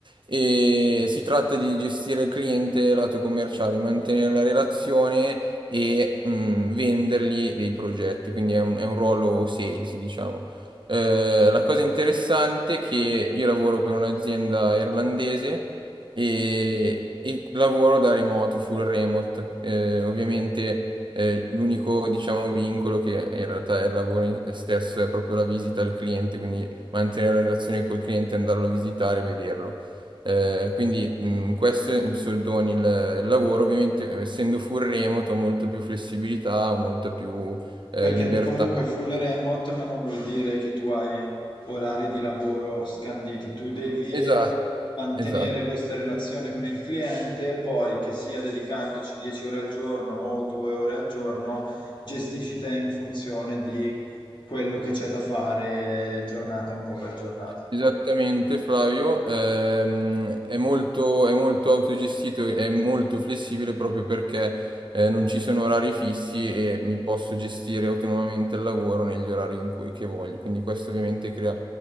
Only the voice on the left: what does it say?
Perché
comunque full remote, ma non vuol dire che tu hai orari di lavoro scanditi, tu devi
mantenere
questa relazione con il cliente, poi che sia dedicandoci 10 ore al giorno o 2 ore al giorno, gestisci te in funzione di quello che c'è da fare giornata un po' per giornata.